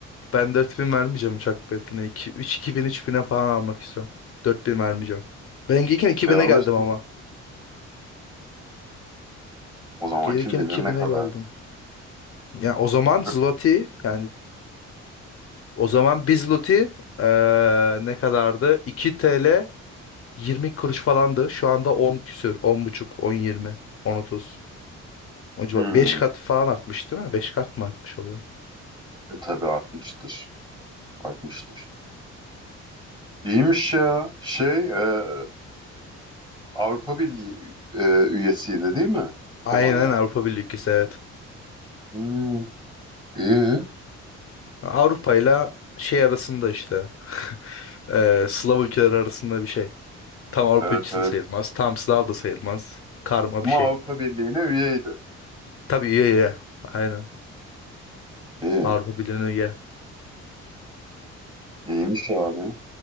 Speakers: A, on the left; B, on the right.
A: Ben 4000 vermeyeceğim uçak biletine. iki üç, iki bin üç bine falan almak istiyorum. dört bin vermeyeceğim. Ben gelirken iki
B: E
A: bine
B: alırsın.
A: geldim ama.
B: O zaman
A: Gelirken
B: kim bilir
A: iki
B: ne
A: bine
B: kadar.
A: geldim. Ya o zaman zloty
B: <laughs>
A: yani o zaman bir zloty eee, ne kadardı? 2 TL 20 kuruş falandı. Şu anda 10 küsür. on buçuk, 10 20 10 otuz O civar.
B: Hmm.
A: 5 kat falan artmış değil mi? 5 kat mı artmış oluyor?
B: E tabii 60'tır. 60'tır. İyiymiş ya. Şey e, Avrupa Birliği e, üyesiydi değil mi? Polonya.
A: Aynen Avrupa Birliği ülkesi evet.
B: Hmm. İyi.
A: Avrupa ile şey arasında işte. <laughs> eee Slav ülkeleri arasında bir şey. Tam Avrupa
B: Evet
A: ülkesi
B: evet.
A: de sayılmaz. Tam Slav da sayılmaz. Karma
B: Ama
A: bir şey.
B: Avrupa Birliği'ne üyeydi.
A: Tabii üye üye. Aynen.
B: İyi.
A: Avrupa Birliği'ne üye.
B: İyiymiş abi.